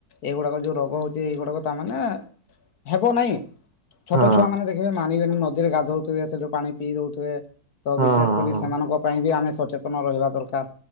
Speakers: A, on the left; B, on the right.
A: ଏଗୁଡ଼ାକ ଯେଉଁ ରୋଗ ହେଉଚି ଏଇଗୁଡ଼ାକ ତାମାନେ ହେବ ନାଇଁ। ଛୋଟ
B: ହଁ
A: ଛୁଆ ମାନେ ଦେଖିବେ ମାନିବେନି ନଦୀରେ ଗାଧୋଉଥିବେ ସେଠୁ ପାଣି ପିଇ ଦଉଥିବେ ତ
B: ହଁ
A: ବିଶେଷ
B: ହଁ
A: କରି
B: ହଁ
A: ସେମାନଙ୍କ ପାଇଁ ବି ଆମେ ସଚେତନ ରହିବା ଦରକାର୍